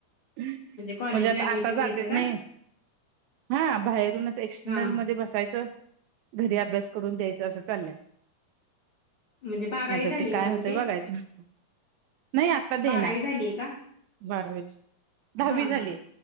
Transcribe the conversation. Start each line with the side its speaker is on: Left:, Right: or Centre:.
Right: म्हणजे
Left: कॉलेजला
Right: आता
Left: ऍडमिशन
Right: आता जातेत
Left: घ्यायचं
Right: नाही.
Left: का?
Right: हा बाहेरूनच एक्सटर्नल
Left: हा
Right: मध्ये बसायचं. घरी अभ्यास करून द्यायचा असं चाललंय.
Left: म्हणजे बारावी
Right: आता
Left: झाली
Right: ते काय
Left: का तुमची?
Right: होतेय बघायचं. नाही आता देणार
Left: बारावी झालीय का?
Right: बारावीच. दहावी
Left: हा,
Right: झाली
Left: हा